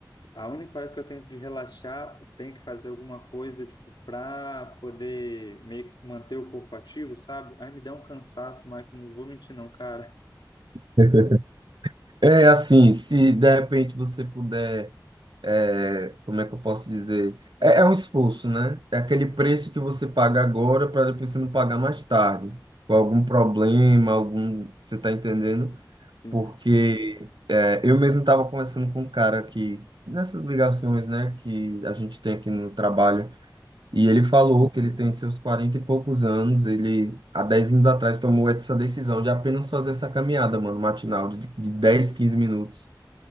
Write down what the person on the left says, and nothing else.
a única hora que eu tenho de relaxar, eu tenho que fazer alguma coisa, tipo, para poder meio que manter o corpo ativo, sabe? Ai, me dá um cansaço, Michael, não vou mentir não, cara.
Sim.
Uhum.